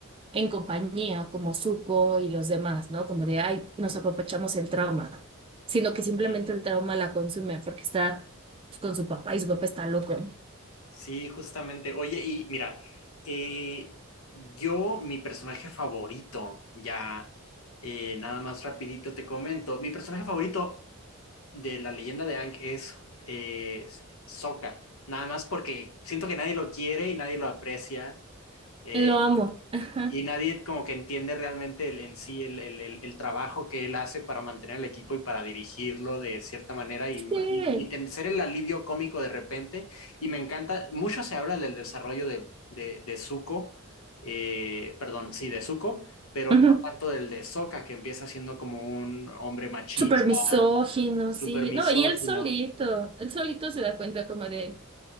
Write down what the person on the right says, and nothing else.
en compañía como Zuko y los demás, ¿no? Como de, ay, nos apapachamos el trauma, sino que simplemente
el trauma la consume porque está con su papá y su papá está loco.
Lo amo. Ajá.
Sí.
Ajá.
Súper misógino,
sí.
No, y él solito, él solito se da cuenta como de...